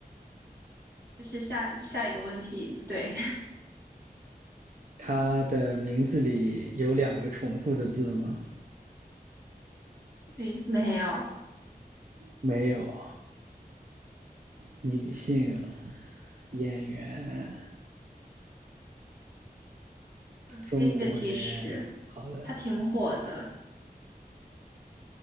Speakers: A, on the right (about 80°); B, on the right (about 55°).
A: 就是下下一个问题。对，
B: 他的名字里有两个重复的字吗？
A: <laughs> 没没有，
B: 没有。女性，演员，
A: 嗯，
B: 中国人，
A: 给你个提示。
B: 好的，
A: 他挺火的。